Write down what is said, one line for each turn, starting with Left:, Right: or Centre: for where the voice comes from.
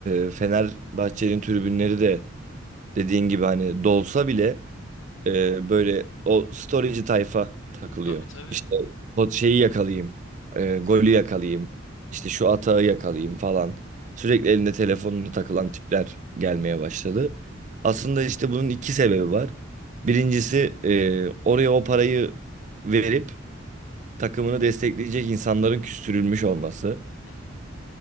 Right: e, Fenerbahçe'nin tribünleri de dediğin gibi hani dolsa bile e, böyle o storyci tayfa takılıyor.
Left: Tabii tabii.
Right: İşte o şeyi yakalayayım, e, golü yakalayayım, işte şu atağı yakalayayım falan. Sürekli elinde telefonunu takılan tipler gelmeye başladı. Aslında işte bunun iki sebebi var. Birincisi e, oraya o parayı verip takımını destekleyecek insanların küstürülmüş olması.
Left: Hı hı,